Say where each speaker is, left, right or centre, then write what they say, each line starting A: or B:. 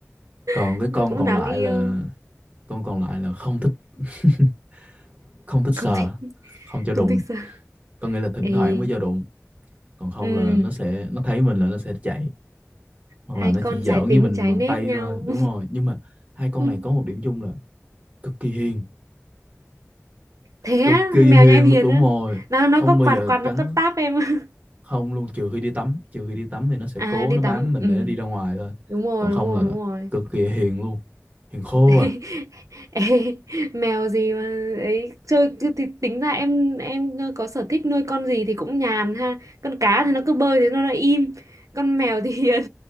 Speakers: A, on the right; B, on the right.
A: còn
B: <laughs>
A: cái con
B: Cũng
A: còn
B: đáng
A: lại
B: yêu.
A: là con còn lại là không thích <laughs> không thích
B: Không
A: sờ
B: thích,
A: không cho đụng
B: không thích sờ.
A: có nghĩa là thỉnh
B: Ê,
A: thoảng mới cho đụng còn không
B: ừm,
A: là nó sẽ nó thấy mình là nó sẽ chạy hoặc
B: hai
A: là nó
B: con
A: chỉ giỡn
B: trái tính
A: với mình
B: trái
A: bằng
B: nết
A: tay
B: nhau.
A: thôi đúng rồi nhưng mà hai con
B: <laughs>
A: này có một điểm chung là cực kỳ hiền
B: thế
A: cực
B: á
A: kỳ
B: mèo
A: hiền
B: nhà em hiền
A: luôn đúng
B: á
A: rồi
B: nó nó
A: không
B: có
A: bao
B: quạt
A: giờ
B: quạt nó
A: cắn
B: có táp em <laughs>
A: không luôn trừ khi đi tắm trừ khi đi tắm thì nó sẽ
B: à
A: cố
B: đi
A: nó
B: tắm
A: bám mình
B: ừ
A: để nó đi ra ngoài thôi
B: đúng rồi
A: còn không
B: đúng rồi
A: là
B: đúng rồi
A: cực kỳ hiền luôn hiền khô
B: <laughs>
A: à
B: Ê, mèo gì mà ấy chơi cứ thì tính ra em em có sở thích nuôi con gì thì cũng nhàn ha con cá thì nó cứ bơi thế nó lại im con mèo thì hiền